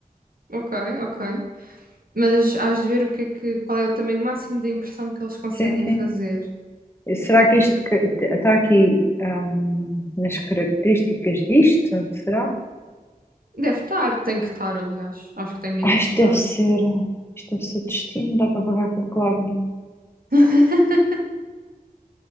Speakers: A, on the right; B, on the left.
A: ok, ok. Mas hás de ver o que é que, qual é o tamanho máximo da impressão que eles conseguem
B: Sim, sim.
A: fazer.
B: E Será que isto está aqui, hum, nas características disto? Será?
A: Deve estar, tem que estar, aliás. Acho que tem mesmo
B: Ah, isto
A: que estar.
B: deve ser. Isto deve ser destino. Dá para pagar com a Klarna.
A: <laughs>